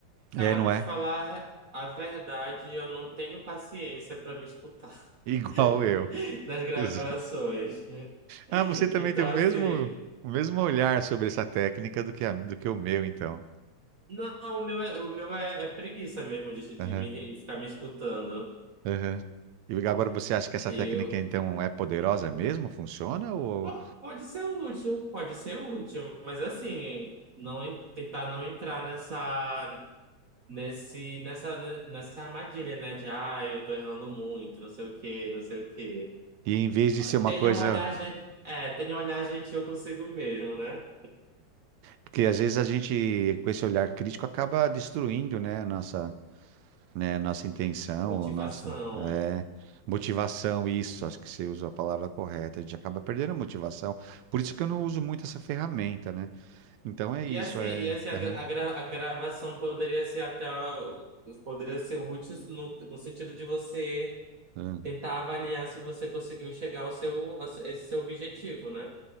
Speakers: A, on the right; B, on the right.
A: Cara,
B: É, não
A: pra te
B: é?
A: falar a verdade, eu não tenho paciência pra me escutar
B: Igual eu.
A: <laughs>
B: <laughs>
A: nas gravações.
B: Exato. Ah, você também
A: Então,
B: tem o
A: assim,
B: mesmo, o mesmo olhar sobre essa técnica do que, a- do que o meu, então.
A: não, o meu é, o meu é, é preguiça mesmo de, de
B: Aham,
A: me, ficar me escutando.
B: aham. E agora você acha que essa
A: Eu,
B: técnica, então, é poderosa mesmo? Funciona? Ou...
A: po- pode ser útil, pode ser útil, mas assim, não en- tentar não entrar nessa, nesse, nessa, nessa armadilha, né? De, ah, eu tô errando muito, não sei o quê, não sei o quê.
B: E em vez de ser uma
A: tenham
B: coisa.
A: um olhar, gen- é, tenha um eu consigo mesmo, né?
B: Porque às vezes a gente, com esse olhar crítico, acaba destruindo, né, a nossa, né, a nossa intenção,
A: Motivação.
B: a nossa, é, motivação, isso, acho que você usou a palavra correta, a gente acaba perdendo a motivação. Por isso que eu não uso muito essa ferramenta, né? Então é isso,
A: E assim,
B: é.
A: e assim a,
B: aham,
A: gra- a gra- a gravação poderia ser até poderia ser útil no, no sentido de você
B: aham.
A: tentar avaliar se você conseguiu chegar ao seu a esse seu objetivo, né?